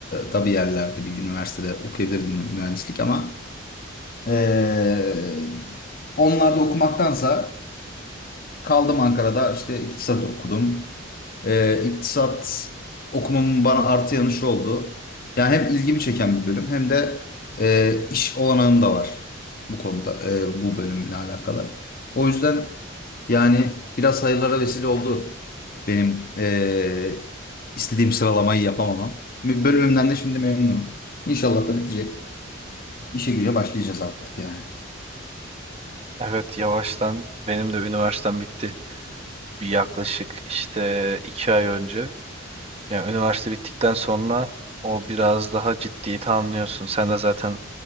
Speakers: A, on the left; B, on the right.
A: da bir yerlerde bir üniversitede okuyabilirdim mühendislik ama eee onlarda okumaktansa kaldım Ankara'da işte iktisat okudum. Ee, iktisat okumamın bana artı yanı şu oldu. Yani hem ilgimi çeken bir bölüm hem de e, iş olanağım da var bu konuda e, bu bölümle alakalı. O yüzden yani biraz hayırlara vesile oldu benim e, istediğim sıralamayı yapamamam. Bölümümden de şimdi memnunum. İnşallah da bitecek. İşe güce başlayacağız artık yani.
B: Evet yavaştan benim de üniversitem bitti. Bir yaklaşık işte iki ay önce. Yani üniversite bittikten sonra o biraz daha ciddiyeti anlıyorsun. Sen de zaten